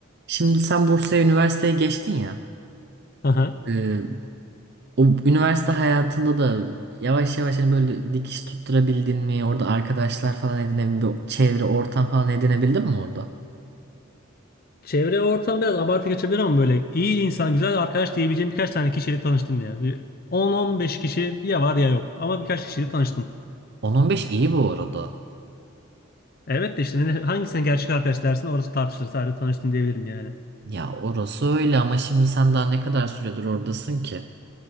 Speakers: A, on the right; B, on the left.
A: Şimdi sen Bursa'ya üniversiteye geçtin ya.
B: Aha.
A: e, o üniversite hayatında da yavaş yavaş hani böyle dikiş tutturabildin mi? Orada arkadaşlar falan edinebildin mi? Çevre, ortam falan edinebildin mi orada?
B: Çevre ve ortam biraz abartı kaçabilir ama böyle iyi insan, güzel arkadaş diyebileceğim birkaç tane kişiyle tanıştım ya. Bir 10-15 kişi ya var ya yok ama birkaç kişiyle tanıştım.
A: On on beş iyi bu arada.
B: Evet de işte ne- hangisine gerçek arkadaş dersin orası tartışılır. Sadece tanıştım diyebilirim yani.
A: Ya orası öyle ama şimdi sen daha ne kadar süredir oradasın ki?